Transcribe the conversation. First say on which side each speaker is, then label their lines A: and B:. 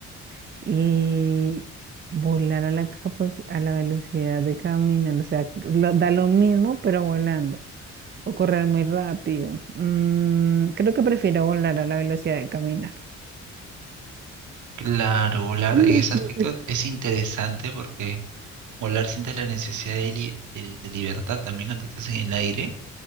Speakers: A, on the right (about 35°); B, on the right (about 75°).
A: <laughs> y volar a la, capac- a la velocidad de caminar, o sea, lo- da lo mismo, pero volando, o correr muy rápido. Mm, creo que prefiero volar a la velocidad de caminar.
B: Claro, volar
A: <laughs>
B: en ese aspecto es interesante porque volar sientes la necesidad de, li- de- de libertad también cuando estás en el aire.